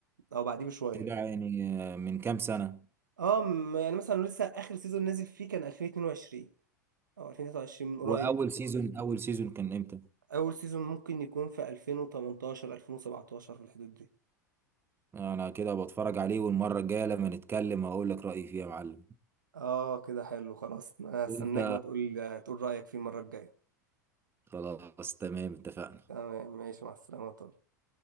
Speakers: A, on the right (about 85°); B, on the right (about 25°).
A: او بعديه بشويه
B: كده يعني آه، من كام سنة
A: اه م- يعني مثلا لسه اخر سيزون نازل فيه كان 2022 او 2023 من قريب
B: واول سيزون اول سيزون كان امتى
A: اول سيزون ممكن يكون في 2018 2017 في الحدود دي
B: انا كده بتفرج عليه والمرة الجاية لما نتكلم هقول لك رأيي فيه يا معلم
A: اه كده حلو خلاص انا هستناك
B: وانت
A: بقى تقول تقول رايك فيه المره الجايه
B: خلاص تمام اتفقنا
A: تمام ماشي مع السلامه